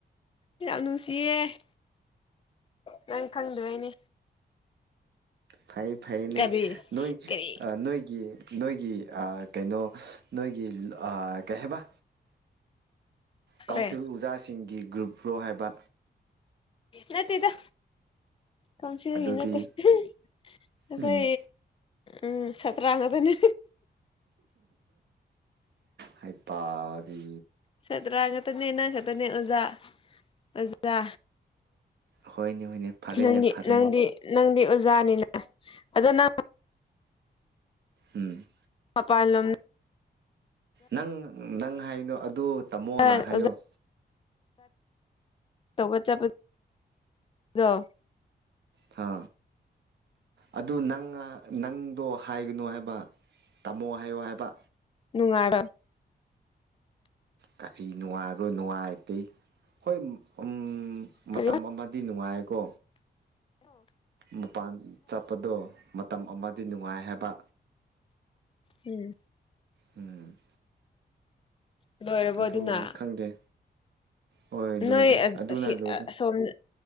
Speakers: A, on the left; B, on the right.
A: ꯌꯥꯝ ꯅꯨꯡꯁꯤꯌꯦ ꯑꯁ ꯅꯪ ꯈꯪꯗꯕꯩꯅꯦ
B: ꯐꯩ ꯐꯩꯅꯦ
A: ꯀꯔꯤ
B: ꯅꯣꯏ
A: ꯀꯔꯤ
B: ꯑ ꯅꯣꯏꯒꯤ ꯅꯣꯏꯒꯤ ꯑ ꯀꯩꯅꯣ ꯅꯣꯏꯒꯤ ꯀꯩ ꯍꯥꯏꯕ ꯀꯥꯎꯟꯁꯤꯜ
A: ꯑꯦ
B: ꯑꯣꯖꯥꯁꯤꯡꯒꯤ ꯒ꯭ꯔꯨꯞ ꯔꯣ ꯍꯥꯏꯕ
A: ꯅꯠꯇꯦꯗ ꯀꯥꯎꯁꯤꯜꯒꯤ
B: ꯑꯗꯨꯗꯤ
A: ꯅꯠꯇꯦ ꯑꯩꯈꯣꯏ
B: ꯎꯝ
A: ꯎꯝ ꯁꯠꯇ꯭ꯔꯥꯡ ꯉꯥꯛꯇꯅꯦ
B: ꯍꯩꯄꯥꯗꯤ
A: ꯁꯠꯇ꯭ꯔꯥ ꯈꯛꯇꯅꯦ ꯅꯪ ꯈꯛꯇꯅꯦ ꯑꯣꯖꯥ ꯑꯣꯖꯥ
B: ꯍꯣꯏꯅꯦ ꯍꯣꯏꯅꯦ ꯐꯔꯦꯅꯦ
A: ꯅꯪꯗꯤ
B: ꯐꯔꯦꯅꯦ
A: ꯅꯪꯗꯤ ꯅꯪꯗꯤ ꯑꯣꯖꯥꯅꯤꯅ ꯑꯗꯣ ꯅꯪ
B: ꯎꯝ
A: ꯃꯄꯥꯥꯜꯂꯣꯝ
B: ꯅꯪ ꯅꯪ ꯍꯥꯏꯅꯣ ꯑꯗꯨ ꯇꯝꯃꯣꯅ
A: ꯑꯣꯖꯥ
B: ꯍꯥꯏꯌꯣ
A: ꯇꯧꯕ ꯆꯠꯄꯗꯣ
B: ꯊꯥ ꯑꯗꯨ ꯅꯪ ꯅꯪꯗꯣ ꯍꯥꯏꯒꯅꯨ ꯍꯥꯏꯕ ꯇꯝꯃꯣ ꯍꯥꯏꯌꯣ ꯍꯥꯏꯕ
A: ꯅꯨꯡꯉꯥꯏꯔ
B: ꯀꯔꯤ ꯅꯨꯡꯉꯥꯏꯕꯔꯣ ꯅꯨꯡꯉꯥꯏꯇꯦ ꯍꯣꯏ ꯎꯝ ꯃꯇꯝ
A: ꯀꯔꯤ
B: ꯑꯃꯗꯤ ꯅꯨꯡꯉꯥꯏꯀꯣ ꯃꯄꯥꯟ ꯆꯠꯄꯗꯣ ꯃꯇꯝ ꯑꯃꯗꯤ ꯅꯨꯡꯉꯥꯏ ꯍꯥꯏꯕ
A: ꯎꯝ
B: ꯎꯝ
A: ꯂꯣꯏꯔꯕꯣ
B: ꯑꯗꯨ
A: ꯑꯗꯨꯅ
B: ꯈꯪꯗꯦ ꯍꯣꯏ ꯂꯣꯏꯔꯦ
A: ꯅꯣꯏ
B: ꯑꯗꯨꯅ
A: ꯑꯁꯤ
B: ꯂꯣꯏꯔꯦ
A: ꯑꯁꯣꯝꯗ